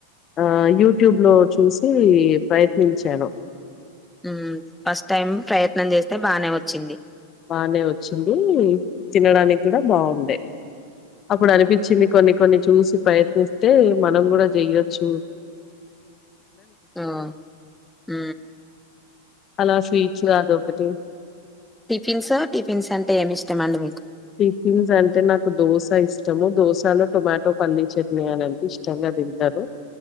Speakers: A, on the left; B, in the centre.
A: హ యూట్యూబ్ లో చూసి ప్రయత్ త్నించాను
B: హు ఫస్ట్ టైం ప్రయత్నం చేస్తే బానే వచ్చింది
A: బానే వచ్చిందీ తినడానికి కూడా బావున్నాయి అప్పుడు అనిపించింది కొన్ని కొన్ని చూసి ప్రయత్నిస్తే మనం కూడా చెయొచ్చు
B: ఆ హు
A: అలా స్వీట్స్ లో అది ఒకటి
B: టిఫిన్సా టిఫిన్స్ అంటే ఏమి ఇష్టం అండి మీకు
A: టిఫిన్స్ అంటే నాకు దోస ఇష్టము దోసలో టొమాటో పల్లి చెట్ని అని అంటే ఇష్టంగా తింటానూ